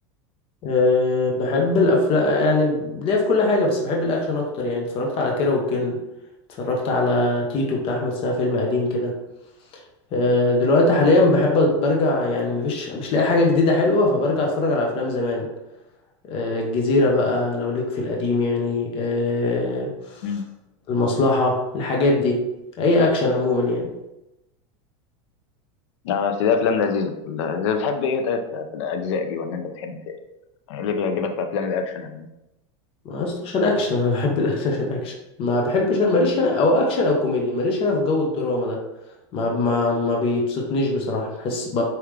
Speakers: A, on the left (about 40°); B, on the left (about 80°).
A: أه بحب الافلام يعني ليا في كل حاجة بس بحب الاكشن اكتر يعني اتفرجت على كيرة والجن اتفرجت على تيتو بتاع احمد سقا فيلم قديم كده آه، دلوقتي حاليا بحب برجع يعني مفيش مش لاقي حاجة جديدة حلوة فبرجع اتفرج على افلام زمان آه، الجزيرة بقى لو ليك في القديم يعني آه،
B: امم
A: المصلحة الحاجات دي اي اكشن عموما يعني
B: اه بس دي افلام لذيذه لا، بتحب ايه طيب في في الاجزاء دي ولا انت بتحب ايه يعني ليه بيعجبك في افلام الاكشن يعني
A: ما أصل عشان اكشن انا <laughs> بحب الاكشن عشان اكشن ما بحبش أنا- ماليش انا او اكشن او كوميديا ماليش انا في جو الدراما ده ما ما ما بيبسطنيش بصراحة بحس ب...